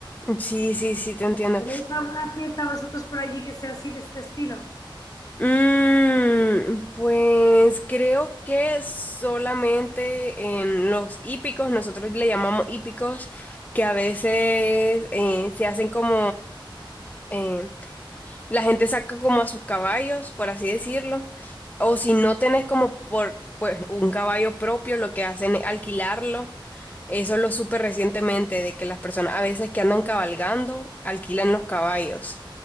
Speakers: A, on the left; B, on the left.
A: Sí, sí, sí, te entiendo.
B: ¿Tenéis alguna fiesta vosotros por allí que sea así de este estilo?
A: Mm, pues creo que solamente en los hípicos, nosotros le llamamos hípicos, que a veces eh, se hacen como, eh, la gente saca como a sus caballos, por así decirlo, o si no tenés como por pues, un caballo propio, lo que hacen es alquilarlo. Eso lo supe recientemente, de que las personas a veces que andan cabalgando alquilan los caballos.